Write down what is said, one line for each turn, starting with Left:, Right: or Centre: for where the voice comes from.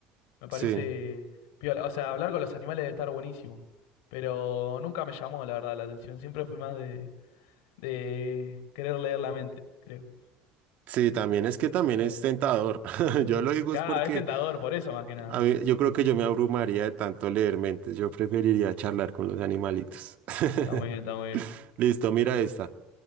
Left: Me parece
Right: Sí,
Left: piola. O sea, hablar con los animales debe estar buenísimo, pero nunca me llamó, la verdad, la atención. Siempre fui más de, de querer leer la mente, creo.
Right: sí, también es que también es tentador. <laughs> Yo lo digo
Left: cada
Right: es porque
Left: es tentador por eso más que nada.
Right: A mí- yo creo que yo me abrumaría de tanto leer mentes. Yo preferiría charlar con los animalitos. <laughs>
Left: Está muy bien, está muy bien.
Right: Listo, mira esta.